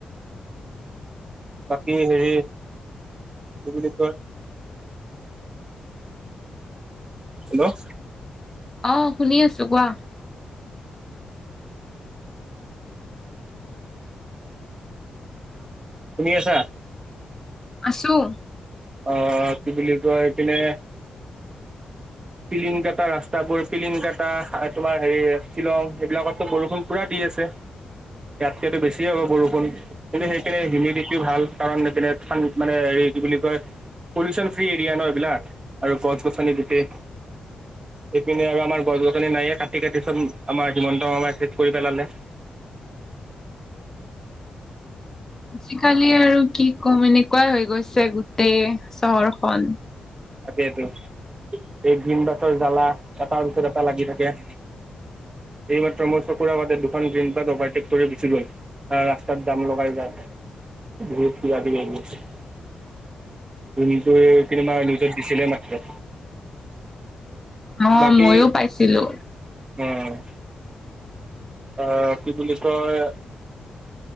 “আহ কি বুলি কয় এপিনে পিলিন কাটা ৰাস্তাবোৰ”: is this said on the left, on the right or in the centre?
Right